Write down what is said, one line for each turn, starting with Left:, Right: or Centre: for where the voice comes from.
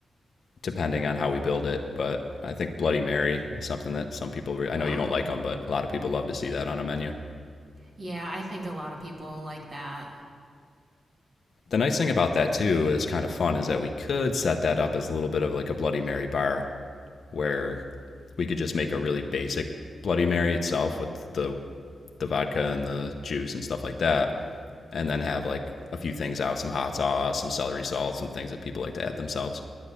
Left: depending on how we build it. But I think Bloody Mary is something that some people, re- I
Right: Oh,
Left: know you don't like them, but a lot of people love to see that on a menu.
Right: yeah, I think a lot of people like that.
Left: The nice thing about that, too, is kind of fun, is that we could set that up as a little bit of like a Bloody Mary bar where we could just make a really basic Bloody Mary itself with the, the vodka and the juice and stuff like that. And then have like a few things out some hot sauce, some celery salt, some things that people like to add themselves.